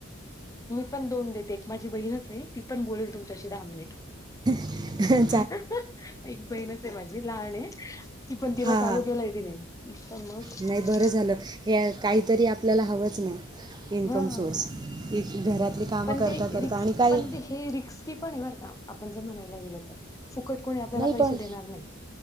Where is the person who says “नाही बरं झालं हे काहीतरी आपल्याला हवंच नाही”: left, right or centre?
Right